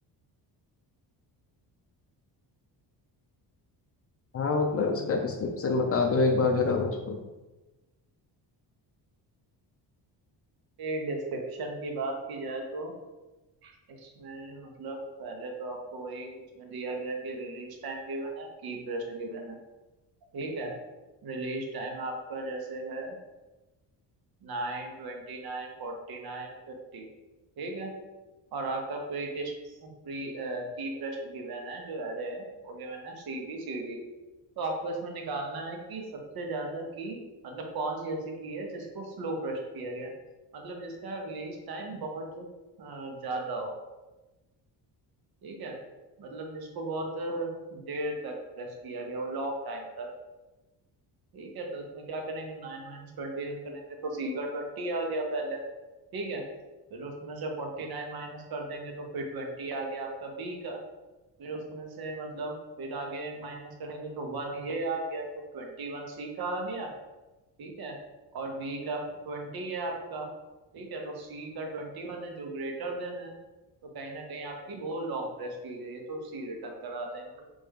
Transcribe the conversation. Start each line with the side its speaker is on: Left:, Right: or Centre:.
Left: हाँ मतलब इसका डिस्क्रिप्शन बता दो एक बार जरा मुझको
Right: ये डिस्क्रिप्शन की बात की जाए तो इसमें मतलब पहले तो आपको वही इसमें दिया गया है कि रिलीज टाइम गिवन है की प्रेस्ट गिवन है ठीक है रिलीज टाइम आपका जैसे है nine twenty nine forty nine fifty ठीक है और आपका प्रीकेस्ट प्री की ब्रेस्ट गिवन है जो एरे है वो गिवन है सी बी सी डी तो आपको इसमें निकालना है कि सबसे ज्यादा की मतलब कौन सी ऐसी की है जिसको स्लो प्रेस्ट किया गया है। मतलब जिसका रिलीज टाइम बहुत अ, ज्यादा हो ठीक है मतलब जिसको बहुत अ, देर तक प्रेस किया गया हो लॉन्ग टाइम तक ठीक है तो इसमें क्या करेंगे नाइन माइनस ट्वेंटी रन करेंगे तो सी का ट्वेंटी आ गया पहले ठीक है फिर उसमें से फोर्टी नाइन माइनस कर देंगे तो फिर ट्वेंटी आ गया आपका बी का फिर उसमें से मतलब फिर आगे माइनस करेंगे तो वन ये आ गया तो ट्वेंटी वन सी का आ गया ठीक है और बी का ट्वेंटी है आपका ठीक है तो सी का ट्वेंटी वन है जो ग्रेटर देन है तो कहीं ना कहीं आपकी वो लॉन्ग प्रेस की गई है तो सी रिटर्न करा देंगे